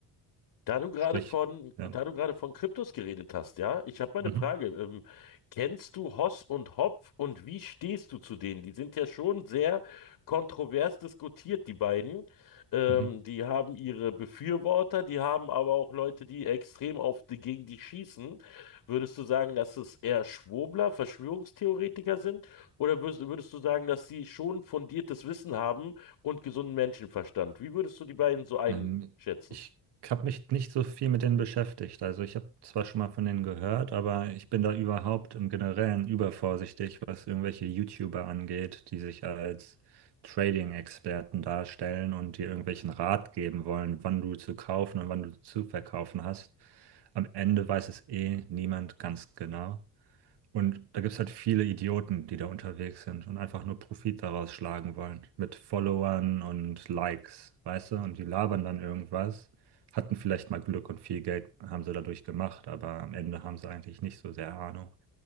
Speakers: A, on the left; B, on the right.
A: Da du gerade
B: Sprich,
A: von,
B: ja.
A: da du gerade von Kryptos geredet hast, ja, ich habe mal eine
B: Mhm.
A: Frage. Ähm, kennst du Hoss und Hopf und wie stehst du zu denen? Die sind ja schon sehr kontrovers diskutiert, die beiden. Ähm,
B: Mhm.
A: die haben ihre Befürworter, die haben aber auch Leute, die extrem auf die, gegen die schießen. Würdest du sagen, dass es eher Schwurbler, Verschwörungstheoretiker sind? Oder würdest, würdest du sagen, dass sie schon fundiertes Wissen haben und gesunden Menschenverstand? Wie würdest du die beiden so einschätzen?
B: Ähm, ich habe mich nicht so viel mit denen beschäftigt. Also ich habe zwar schon mal von denen gehört, aber ich bin da überhaupt im Generellen übervorsichtig, was irgendwelche YouTuber angeht, die sich als Trading-Experten darstellen und dir irgendwelchen Rat geben wollen, wann du zu kaufen und wann du zu verkaufen hast. Am Ende weiß es eh niemand ganz genau. Und da gibt es halt viele Idioten, die da unterwegs sind und einfach nur Profit daraus schlagen wollen. Mit Followern und Likes, weißt du? Und die labern dann irgendwas, hatten vielleicht mal Glück und viel Geld haben sie dadurch gemacht, aber am Ende haben sie eigentlich nicht so sehr Ahnung.